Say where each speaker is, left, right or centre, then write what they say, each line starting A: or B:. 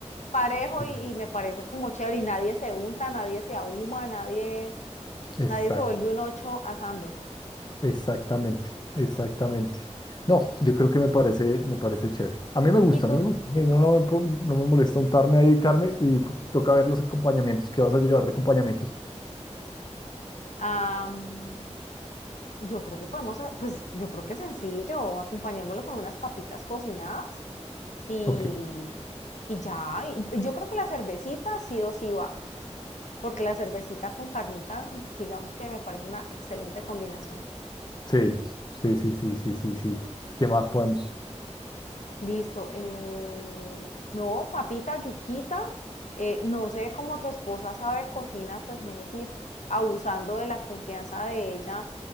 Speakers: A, on the left; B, on the left.
A: parejo
B: Sí.
A: y, y me parece como chévere y nadie se unta, nadie se ahuma, nadie,
B: Exact,
A: nadie se vuelve un ocho asando.
B: exactamente, exactamente. No, yo creo que me parece, me parece chévere. A mí me gusta,
A: Y tú,
B: a mí me gusta. A mí no, no me, po- no me molesta untarme ahí carne y fu- toca ver los acompañamientos. ¿Qué vas a llevar de acompañamientos?
A: ah, mm, yo creo que podemos, ha- pues yo creo que es sencillo, acompañémoslo con unas papitas cocinadas y,
B: Ok,
A: y ya, y yo creo que la cervecita sí o sí va, porque la cervecita con carnita, digamos que me parece una excelente combinación.
B: Sí, sí, sí, sí, sí, sí, sí. ¿Qué más podemos?
A: Listo. eh, no, papita, yuquita. eh, no sé cómo tu esposa sabe cocina, pues no sé si abusando de la confianza de ella